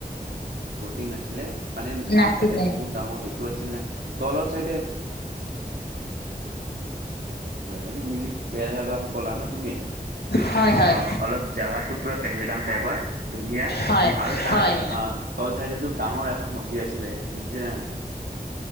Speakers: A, on the right; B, on the left.
A: বটিং নাছিলে মানে
B: নাছিলে
A: আহ তাতে বহুত ডাঙৰ সেইটো আছিলে তলৰ চাইডে সেইটো মিলি বেয়া গাম কলা না তুমি
B: হয় হয়
A: অ অলপ জাগাটো পুৰা পেহেলগাম টাইপৰ ধুনীয়া
B: হয়
A: আৰু তাৰ
B: হয়
A: আহ তল চাইতো ডাঙৰ এখন নদী আছিলে দেখিছা নে নাই